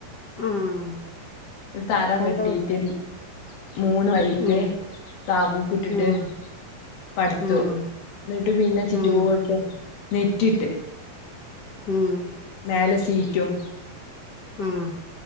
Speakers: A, on the left; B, on the left.
A: ആഹ്
B: തറ
A: ഇപ്പെന്താ
B: കെട്ടിട്ട് മൂന്ന് വയീല്
A: ഉം
B: താപൂക്കിട്ടിട്ട്
A: ഉം
B: പടുത്തു
A: ഉം
B: എന്നിട്ട് പിന്നെ ചിറ്റോടും
A: ഉം
B: നെറ്റിട്ട്
A: മ് ഹ്
B: മേലെ സീറ്റും
A: ഉം